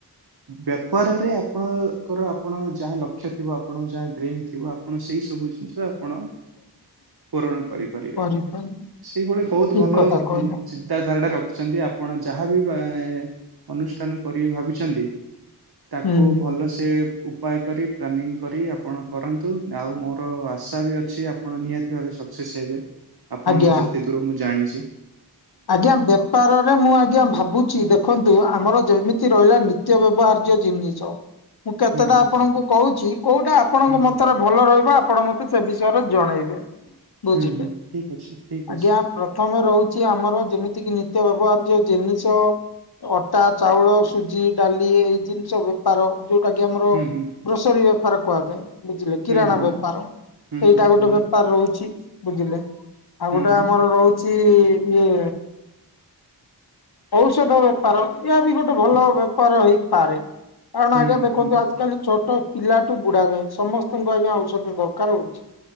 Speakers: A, on the right (about 65°); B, on the left (about 65°).
A: ବେପାରରେ ଆପଣଙ୍କର ଆପଣ ଯାହା ଲକ୍ଷ୍ୟ ଥିବ ଆପଣଙ୍କ ଯାହା ଡ୍ରିମ୍ ଥିବ ଆପଣ ସେଇ ସବୁ ଜିନିଷ ଆପଣ
B: <inaudible>
A: ପୂରଣ କରିପାରିବେ
B: କରିପାରିବି।
A: ସେଇଭଳି ବହୁତ୍
B: ଠିକ
A: ଭଲ
B: କଥା କହିଲେ
A: ଯିନ ଚିନ ଚିନ୍ତା ଧାରାଟା ରଖିଛନ୍ତି ଆପଣ ଯାହାବି ଏ ଅନୁଷ୍ଠାନ କରିବେ ଭାବିଛନ୍ତି ତାକୁ
B: ହୁଁ
A: ଭଲସେ ଉପାୟ କରି ପ୍ଲାନିଂ କରି ଆପଣ କରନ୍ତୁ ଆଉ ମୋର ଆଶା ବି ଅଛି ଆପ ଆପଣ ନିହାତି ଭାବେ ସକ୍ସେସ୍ ହେବେ ଆପଣଙ୍କୁ
B: ଆଜ୍ଞା।
A: ଯେତେ ଦୂର ମୁଁ ଜାଣିଚି।
B: ଆଜ୍ଞା ବେ ବେପାର ରେ ମୁଁ ଆଜ୍ଞା ଭାବୁଛି ଦେଖନ୍ତୁ ଆମର ଯେମିତି ରହିଲା ନିତ୍ୟ ବ୍ୟବହାର୍ଯ୍ୟ ଜିନିଷ। ମୁଁ କେତେଟା
A: ହୁଁ ହୁଁ।
B: ଆପଣଙ୍କୁ କହୁଛି କୋଉଟା ଆପଣଙ୍କ
A: ହୁଁ
B: ମତରେ
A: ହୁଁ
B: ଭଲ ରହିବ ଆପଣ ମତେ ସେ ବିଷୟରେ ଜଣେଇବେ ବୁଝିଲେ
A: ହୁଁ ହୁଁ ଠିକ୍ ଅଛି ଠିକ୍ ଅଛି
B: ଆଜ୍ଞା ପ୍ର ପ୍ରଥମେ ରହୁଛି ଆମର ଯେମିତି କିି ନିତ୍ୟ ବ୍ୟବହାର୍ଯ୍ୟ ଜିନିଷ। ଅଟା ଚାଉଳ ସୁଜି ଡାଲି ଏଇ ଜିନିଷ ବେ ବପାର ଯୋଉଟା କି ଆମର
A: ହୁଁ ହୁଁ
B: ଗ୍ରୋସରୀ ବେପାର କୁହାଯାଏ। ବୁଝିଲେ କିରାଣ
A: ହୁଁ ହୁଁ
B: ବେପାର ସେଇଟା
A: ହୁଁ ହୁଁ
B: ଗୋଟେ
A: ହୁଁ
B: ବେପାର ରହୁଛି ବୁଝିଲେ। ଆଉ
A: ହୁଁ।
B: ଗୋଟେ ଆମର ରହୁଚି ଇଏ ଔଷଧ ବେପାର ଏହା ବି ଗୋଟେ ଭଲ
A: ହୁଁ,
B: ବେପାର ହେଇପାରେ କାରଣ
A: ହୁଁ,
B: ଆଜ୍ଞା ଦେଖନ୍ତୁ
A: ହୁଁ,
B: ଆଜି କାଲି ଛୋଟ ପିଲାଠୁ ବୁଢା ଯାଏଁ ସମସ୍ତଙ୍କୁ ଆଜ୍ଞା ଔଷଧ ଦରକାର ହଉଛି।